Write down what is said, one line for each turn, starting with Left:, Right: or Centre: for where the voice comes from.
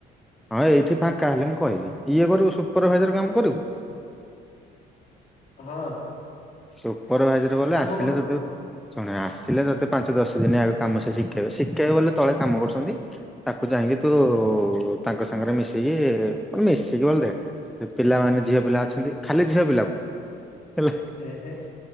Centre: ହଁ ଏଇଠି ଫାଙ୍କା ହେଲେ ମୁଁ କହିବି ଇଏ କରିବୁ ସୁପରଭାଇଜର କାମ କରିବୁ
Left: ହଁ
Centre: ଉପର ଭାଇଜରେ
Left: ମାନେ
Centre: ବଲେ
Left: କାମ
Centre: ଆସିଲେ
Left: କଣ
Centre: ତତେ ଶୁଣ ଆସିଲେ ତତେ ପାଞ୍ଚ ଦଶ ଦିନ ଆଗ କାମ ଶିଖେଇ ଶିଖେଇ ବଲେ ତଳେ କାମ କରୁଛନ୍ତି ତା କୁ ଯାଇକି ତୁ
Left: ହୁଁ
Centre: ତାଙ୍କ ସାଙ୍ଗରେ ମିଶିକିାନେ ମିଶିକି ବ ସେ ପିଲାମାନୋନେ ଝିଅ ପିଲା ଅଛନ୍ତି ଖାଲି ଝିଅ ପିଲା ପୁଅ ହେଲା
Left: ଏହେ